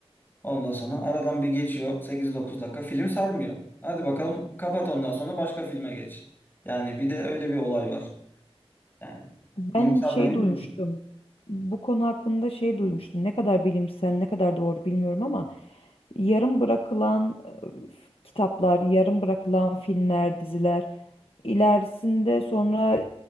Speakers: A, on the left; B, on the left.
A: Ondan sonra aradan bir geçiyor. Sekiz dokuz dakika film sarmıyor. Hadi bakalım kapat ondan sonra başka filme geç. Yani bir de öyle bir olay var. Yani
B: Ben
A: film sarmayı
B: şey duymuştum.
A: biliyor.
B: Bu konu hakkında şey duymuştum. Ne kadar bilimsel, ne kadar doğru bilmiyorum ama yarım bırakılan e, kitaplar, yarım bırakılan filmler, diziler ilerisinde sonra